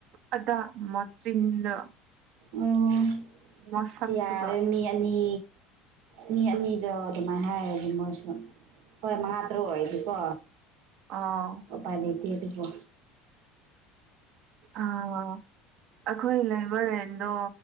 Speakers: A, on the right; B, on the right.
A: ꯑꯗꯥ ꯃꯆꯤꯟꯅ
B: ꯑꫭ
A: ꯃꯁꯛꯇꯨꯒ
B: ꯁꯤ ꯌꯥꯔꯦ ꯃꯤ ꯑꯅꯤ ꯃꯤ ꯑꯅꯤꯗꯣ ꯑꯗꯨꯃꯥꯏꯅ ꯍꯥꯏꯔꯗꯤ ꯃꯣꯏꯁꯨ ꯍꯣꯏ ꯃꯉꯥ ꯇꯔꯨꯛ ꯑꯣꯏꯗꯤꯀꯣ
A: ꯑꯥ
B: ꯑꯣꯄꯥꯥꯏ ꯂꯩꯇꯦ ꯑꯗꯨꯕꯣ
A: ꯑꯥ ꯑꯩꯈꯣꯏ ꯂꯩꯕ ꯔꯦꯟꯗꯣ